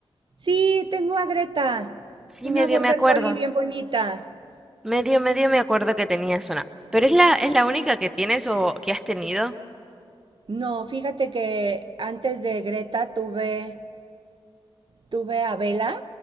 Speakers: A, on the right; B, in the centre.
A: Sí, tengo a Greta,
B: Sí,
A: una
B: medio
A: border
B: me acuerdo,
A: collie bien bonita.
B: medio, medio me acuerdo que tenías una, pero es la, es la única que tienes o que has tenido.
A: No, fíjate que antes de Greta tuve, tuve a Bella,